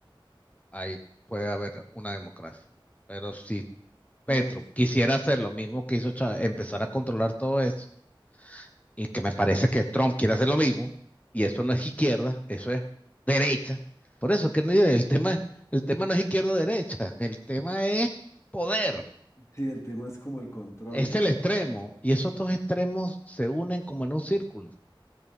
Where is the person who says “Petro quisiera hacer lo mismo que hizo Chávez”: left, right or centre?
Left